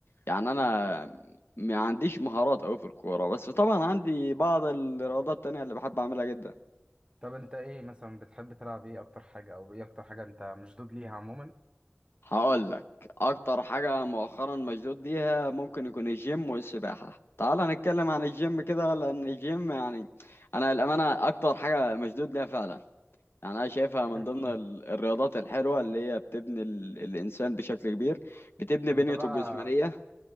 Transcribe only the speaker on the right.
طب انت ايه مثلا بتحب تلعب ايه اكتر حاجه او ايه اكتر حاجه انت مشدود ليها عموما
حلو
قوي
انت
بقى